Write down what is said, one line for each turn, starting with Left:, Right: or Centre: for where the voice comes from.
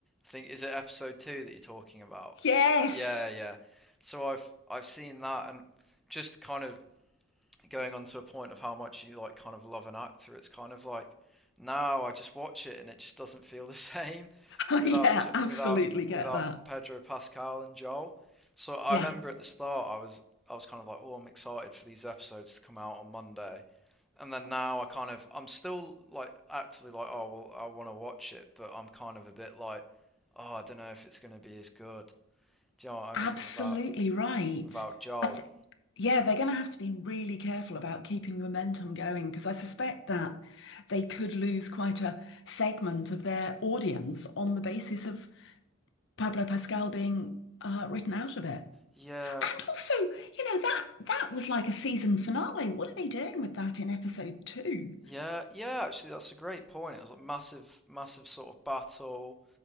Centre: I think is it episode two that you're talking about?
Left: Yes.
Centre: Yeah, yeah.
Left: <laughs>
Centre: So I've I've seen that, and just kind of going on to a point of how much you like kind of love an actor. It's kind of like now I just watch it, and it just doesn't feel the <laughs> same
Left: Oh,
Centre: without
Left: yeah,
Centre: J-
Left: absolutely
Centre: without
Left: get
Centre: without
Left: that.
Centre: Pedro Pascal and Joel. So I
Left: Yeah,
Centre: remember at the start, I was I was kind of like, oh, I'm excited for these episodes to come out on Monday and then now I kind of I'm still like actively like oh well I want to watch it, but I'm kind of a bit like oh I don't know if it's going to be as good. Do you know what I
Left: absolutely
Centre: mean? Without
Left: right.
Centre: without Joel,
Left: I think, yeah, they're going to have to be really careful about keeping momentum going because I suspect that they could lose quite a segment of their audience on the basis of Pablo Pascal being uh, written out of it.
Centre: yeah,
Left: And also, you know, that that was like a season finale. What are they doing with that in episode two?
Centre: yeah, yeah. Actually, that's a great point. It was a massive, massive sort of battle,